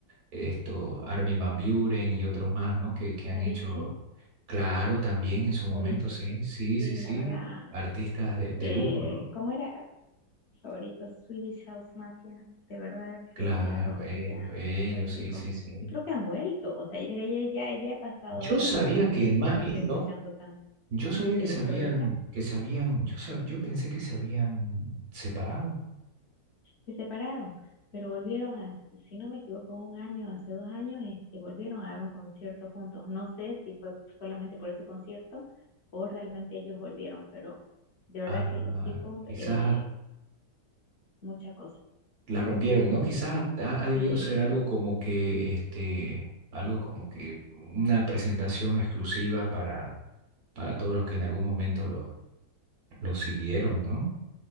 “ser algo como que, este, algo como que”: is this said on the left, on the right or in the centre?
Right